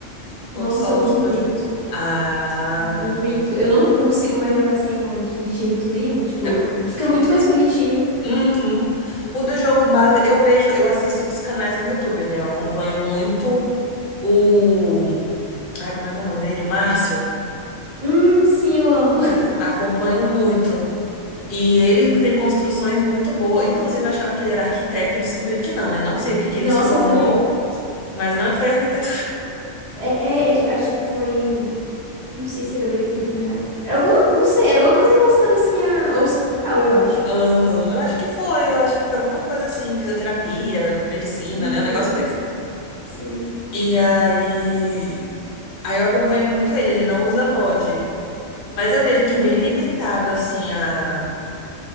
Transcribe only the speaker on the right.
Nossa,
eu uso
muito,
muito.
Eu não, não consigo mais jogar sem mod, de jeito nenhum. Tipo,
fica muito mais bonitinho.
Hum, sim, eu amo. <laughs>
Uhum.
Nossa,
eu também
É, ele acho que foi. Não sei se era veterinário. Era Alguma, não sei, era alguma coisa relacionada assim a ao hospital, eu
acho.
Uhum,
sim.
Uhum.